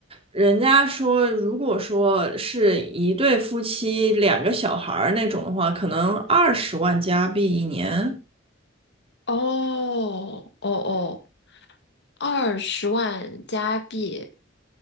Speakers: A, on the right; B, on the left.
A: 人家说如果说是一对夫妻两个小孩儿那种的话，可能二十万加币一年。
B: 哦哦哦，二十万加币，